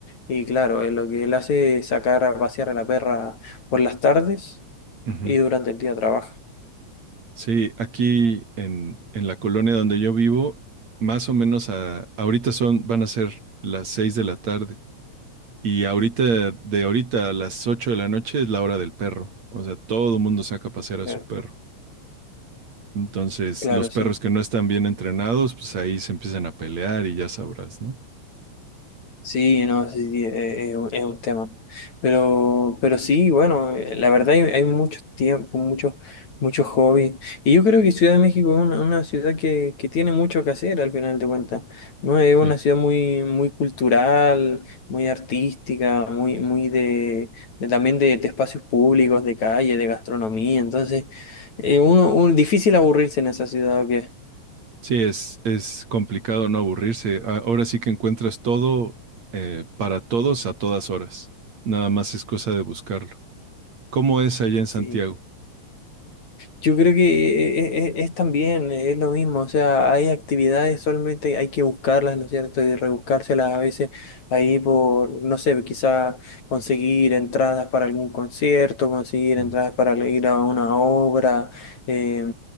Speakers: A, on the left; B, on the right.
A: y claro, él lo que él hace es sacar a pasear a la perra por las tardes
B: Ujú.
A: y durante el día trabaja.
B: Sí, aquí en, en la colonia donde yo vivo, más o menos a, ahorita son, van a ser las seis de la tarde. Y ahorita, de ahorita a las 8 de la noche es la hora del perro. O sea, todo el mundo saca a pasear a
A: Eh,
B: su perro. Entonces,
A: Claro,
B: los perros
A: sí.
B: que no están bien entrenados, pues ahí se empiezan a pelear y ya sabrás, ¿no?
A: Sí, no, sí, sí, eh, es, un es un tema. Pero, pero sí, bueno, eh, la verdad hay, hay mucho tiempo, muchos muchos hobbies. Y yo creo que Ciudad de México es una, una ciudad que, que tiene mucho que hacer al final de cuentas, ¿no? Es
B: Sí.
A: una ciudad muy, muy cultural, muy artística, muy, muy de, de también de, de espacios públicos, de calle, de gastronomía. Entonces, eh, uno, un, difícil aburrirse en esa ciudad, ¿o qué?
B: Sí, es, es complicado no aburrirse. A- Ahora sí que encuentras todo eh, para todos a todas horas. Nada más es cosa de buscarlo. ¿Cómo es allá en
A: Sí.
B: Santiago?
A: Yo creo que es, es es también, eh, es lo mismo, o sea, hay actividades, solamente hay que buscarlas, ¿no es cierto? Y rebuscárselas a veces ahí por, no sé, quizá conseguir entradas para algún concierto, conseguir
B: Mm.
A: entradas para le- ir a una obra, eh,